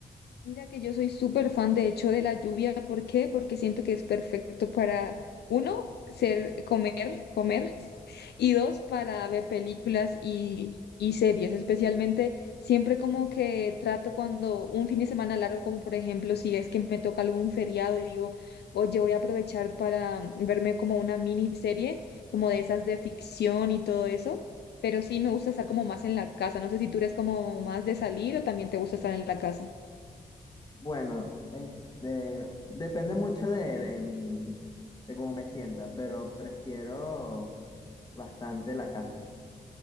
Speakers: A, on the left; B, on the left.
A: Mira que yo soy súper fan, de hecho, de la lluvia. ¿Por qué? Porque siento que es perfecto para, uno, ser, comer, comer, <laughs> y dos, para ver películas y, y series. Especialmente, siempre como que trato cuando un fin de semana largo, como por ejemplo, si es que me toca algún feriado y digo, oye, voy a aprovechar para verme como una miniserie, como de esas de ficción y todo eso. Pero sí me gusta estar como más en la casa. No sé si tú eres como más de salir o también te gusta estar en la casa.
B: Bueno, este, depende mucho de, de mi, de cómo me sienta, pero prefiero bastante la casa.